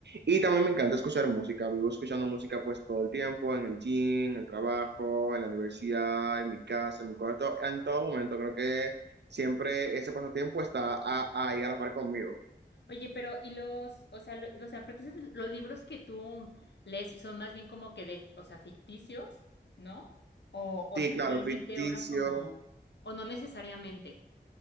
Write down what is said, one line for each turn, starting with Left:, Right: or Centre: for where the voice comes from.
Right: y también me encanta escuchar música, vivo escuchando música pues todo el tiempo, en el gym, en el trabajo, en la universidad, en mi casa, en mi cuarto, en todo momento, creo que siempre ese pasatiempo está a- ahí a la par conmigo.
Left: Oye, pero ¿y los, o sea, lo- los, entonces los libros que tú lees son más bien como que de, o sea, ficticios, ¿no? O, o
Right: Sí,
Left: si
Right: claro,
Left: realmente
Right: ficticio.
Left: obras como, o no necesariamente.